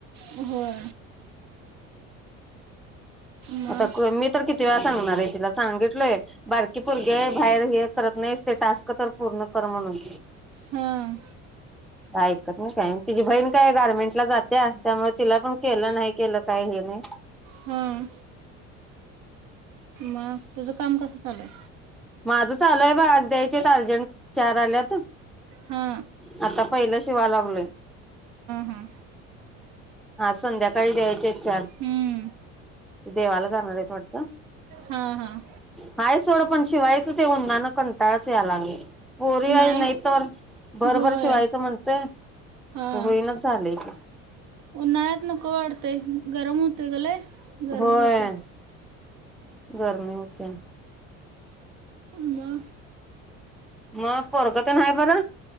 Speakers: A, on the right (about 50°); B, in the centre.
A: होय मग
B: आता कोन मी तर किती वेळा सांगणार आहे तिला सांगितलय बारकी पुरगी आहे बाहेर हे करत नाहीस ते टास्क तर पूर्ण कर म्हणून.
A: हां
B: ऐकत नाही काय तिजी बहीण काय गारमेंटला जात्या त्यामुळे तिला पण केलं नाही केलं काय हे नाही.
A: हां मग तुझं काम कसं चालू हाय?
B: माझं चालू हाय बग आज द्यायचे आहेत अर्जंट चार आल्यात.
A: हा
B: आता पहिलं शिवाय लागलोय
A: हां
B: हा संध्याकाळी द्यायचे आहेत चार
A: हम्म,
B: देवाला जाणार आहेत वाटत.
A: हां हां
B: हाय सोड पण शिवायच ते उन्हान कंटाळच याय लागले. पोरी याय
A: नाही
B: नाहीत तोवर भरभर
A: होय
B: शिवायचं म्हणतोय
A: हां
B: होईनाच झालय ते.
A: उन्हाळ्यात नको वाटतय गरम होतय ग लय. गरमी
B: होय
A: होत्या
B: गरमी होतीया.
A: म
B: मग पोरग तेन हाय बर.